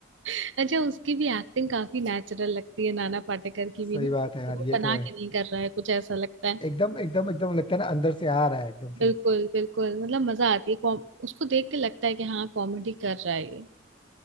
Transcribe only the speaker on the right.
अच्छा उसकी भी एक्टिंग काफी नेचुरल लगती है नाना पाटेकर की भी
ना
तो
वो
बना
के नहीं कर रहा है कुछ ऐसा लगता है
बिल्कुल
बिल्कुल मतलब मजा आती है कॉम उसको देख के लगता है कि हाँ कॉमेडी कर रहा है ये